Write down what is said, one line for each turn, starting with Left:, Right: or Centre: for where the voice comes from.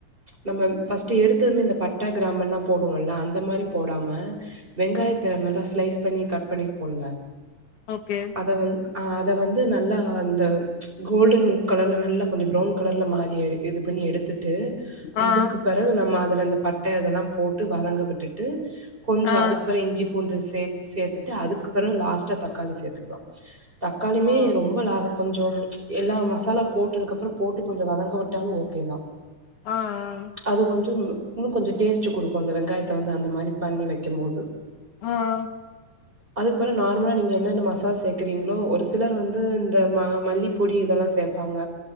Right: நம்ம ஃபர்ஸ்ட்டு எடுத்ததுமே இந்த பட்ட கிராம்பெல்லா போடுவோல அந்த மாரி போடாம வெங்காயத்த நல்லா ஸ்லைஸ் பண்ணி கட் பண்ணி போடுங்க
Left: ஓகே
Right: அத வந் ஆ அத வந்து நல்லா இந்த கோல்டன் கலர்ல நல்லா கொஞ்சம் ப்ரவுன் கலர்ல மாறி இது பண்ணி எடுத்து ட்டு
Left: ஆ
Right: அதுக்கு பெறகு நம்ம அதுல அந்த பட்ட இதெல்லாம் போட்டு வதங்க விட்டுட்டு கொஞ்சம்
Left: ஆ
Right: அதுகப்புற இஞ்சி பூண்டு சேத் சேத்துட்டு அதுக்கப்பறோ லாஸ்டா த க்காளி சேத்துக்லா தக்காளியுமே
Left: ஓ
Right: ரொம்ப லாஹக் கொஞ்சோ எல்லா மசாலா போட்டதுக்கப் ப்றொ போட்டு கொஞ்சொ வதங்க விட்டாலு ஓகேதா
Left: ஆ ஆ
Right: அது கொஞ்சோ இன்னுங் கொஞ்சொ டேஸ்ட்டு குடுக்கு அந்த வெங்காயத்த வந்து அந்த மாரி பண்ணி வெக்கும் போது
Left: ஆ ஆ
Right: அதுக் பற நார்மலா நீங்க என்னன்ன ம சாஸ் தேக்குறீங்ளோ ஒரு சிலர் வந்து இந்த மா மல்லிப்பொடி இதலா சேப்பாங்க